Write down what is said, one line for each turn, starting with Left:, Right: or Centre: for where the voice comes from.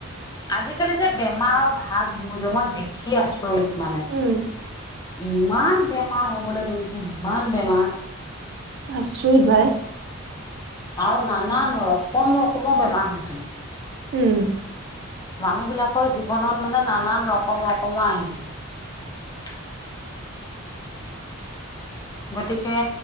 Left: আজিকালি যে বেমাৰ ভাগ বুজত দেখি ইছ ত মানে
Right: উম
Left: ইমান বেমাৰ হ'বলৈ ধৰিছে ইমান বেমাৰ
Right: আছুহিত ভাই
Left: আৰু নানান ৰকম ৰকমৰ বেমাৰ হৈছে
Right: উম
Left: মানুহ বিলাকৰ জীৱনত মানে নানান ৰকম ৰকমৰ আহিছে গতিকে